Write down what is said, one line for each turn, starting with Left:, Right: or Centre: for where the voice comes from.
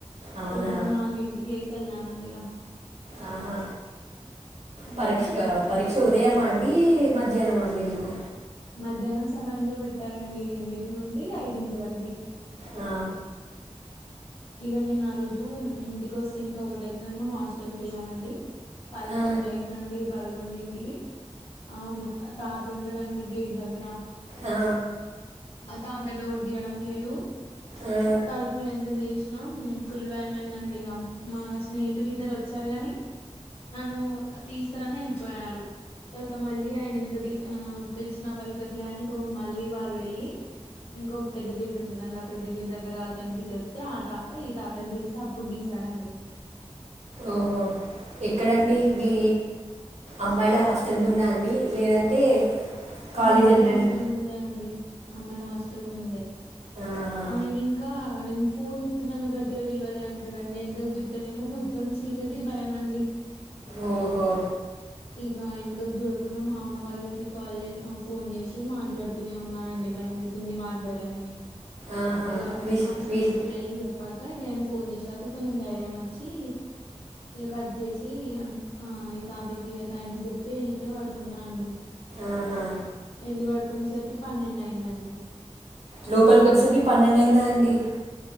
Right: అవునా
Left: పొద్దున నాలుగు ఇంటికి లేసి వెళ్ళనండి ఇగా
Right: ఆహా పరీక్ష
Left: మ్మ్.
Right: అ పరీక్ష ఉ ఉదయమా అండి మధ్యానమా అండి మీకు
Left: మధ్యానం సమయంలో పెట్ పెట్టారండి రెండిటి నుండి ఐదింటి వరికి
Right: ఆ
Left: ఇగ నేను ఆ రోజు ఇంటికొస్తే ఇంకోటి అయితది అని మా హాస్టల్ కి వెళ్ళానండి పదకొండు
Right: ఆ
Left: అయిందండి పదకొండింటికి ఆ ము-తాతుంటాడండి గేట్ దగ్గరా
Right: ఆ
Left: అ తాత డోర్ తీియడం లేదు
Right: ఆ
Left: తలుపులు ఎందుకుతీసు ఫుల్ భయం అయిందండి ఇగా మా స్నేహితులు ఇద్దరు వచ్చారు గాని నను తీస్తారనే ఎల్ప్ పోయారు మళ్ళీ ఆయన ఎంతతి ఆ పిలిచిన పల్క్ ట్లే అని ఒక మళ్ళీ వాళ్ళు వెళ్ళి ఇంకో పెద్ద గేటు ఉంటుందండి ఆ పెద్ద గేటు దగ్గర అతనికి చెప్తే ఆ తాత ఈ తాత చేస్తే అప్పుడు తీసాడండి
Right: ఓహో ఎక్కడండి మీ అమ్మాయిల హాస్టల్ ముంద అండి లేదంటే కాలేజ్
Left: అమ్మాయిల
Right: ఎంట్రన్
Left: హాస్టల్ ముందే అండి అమ్మాయిల హాస్టల్ ముందే
Right: ఆహా
Left: ఆయన ఇంకా నేను ఫోన్ చూస్తున్నాను గట్టిగా విలవాలి అంటాడుండి ఎంతకు చూతానేమో మొత్తం చీకటి భయం అండి
Right: ఓహో
Left: ఇక ఎనకకి చూడకుండా మా అమ్మ వాళ్ళకి కాల్ చే ఫోన్ చేసి మాట్లాడుతూనే ఉన్నానండి భయమైతుంది మాట్లాడండి అని
Right: ఆహా
Left: ఇగా
Right: మిస్
Left: ఆ స్నేహితులు
Right: మిస్
Left: వెళ్ళి చెప్పక ఇక ఆయన ఫోన్ చేసాక కొంచెం ధైర్యం వచ్చి ఇగ కట్ చేసి ఆ అయితేా అదగ థ్యాంక్స్ చెప్పి వెళ్ళిపోయి పడుకున్నా అండి
Right: ఆహా
Left: ఎలి వాడుకి కునేసరికి పన్నెండు అయిందండి
Right: లోపలికి వచ్చేసరికి పన్నెండయిందా అండి?